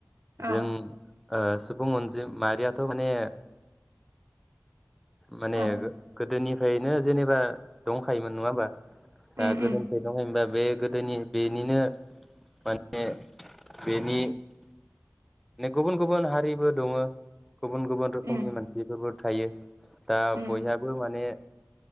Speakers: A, on the right; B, in the centre.
A: औ
B: जों ओ सुबुं अनजि माहारियाथ' माने माने
A: औ
B: गो गोदोनिफ्रायनो जेनेबा दंखायोमोन नङा होमबा दा
A: उम
B: गोदोनिफाय
A: उम
B: दंखायो हनब्ला बे गोदोनि बेनिनो माने बेनिनो गुबुन गुबुन हारिबो दङो। गुबुन गुबुन रोखोमनि
A: उम
B: मानसिफोरबो थायो दा
A: उम
B: बयहा माने